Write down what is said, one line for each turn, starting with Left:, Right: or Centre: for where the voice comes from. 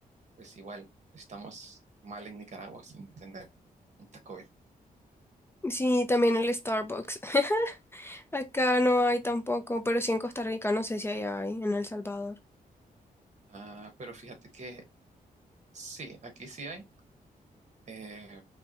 Right: pues igual estamos mal en Nicaragua sin tener un Taco Bell.
Left: sí, también el Starbucks. <laughs> Acá no hay tampoco, pero sí en Costa Rica, no sé si hay, hay en El Salvador.
Right: Ah, pero fíjate que sí, aquí sí hay, eh,